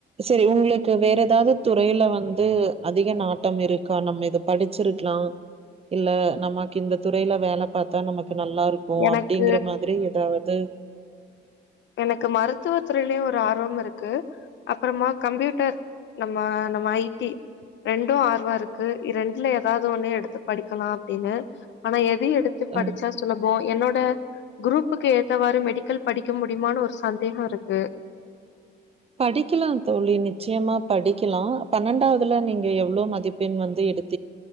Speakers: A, on the right; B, on the left.
A: செரி உங்குளுக்கு வேற எதாவது துறையில வந்து அதிக நாட்டம் இருக்கா நம்ம இத படிச்சிருக்கலாம் இல்ல நமக்கு இந்த துறையில வேல பாத் தா நமக்கு நல்லாருக்கும்
B: எனக்கு
A: அப்டிங்கிற மாதிரி எதாவது
B: எனக்கு மருத்துவ துறையிலயும் ஒரு ஆர்வமிருக்கு அப்பறமா கம்ப்யூட்டர் நம்ம நம்ம ஐடி ரெண்டும் ஆர்வோ இருக்கு இது ரெண்டுல ஏதாது ஒண்ணு எடுத்து படிக்கலாம் அப்டின்னு ஆனா எப் எது எடுத்து படிச்சா
A: ம்
B: சுலபோம் என்னோட ரோட் க்ரூப்புக்கு ஏத்தவாறு மெடிக்கல் படிக் க்க முடியுமானு ஒரு சந்தேக இருக்கு
A: படிக்கலாம் தோழி நிச்சியமா படிக்கலாம் பன்னெண்டாவதுல நீங்க எவ்ளோ மதிப்பெண் வந்து எடுத்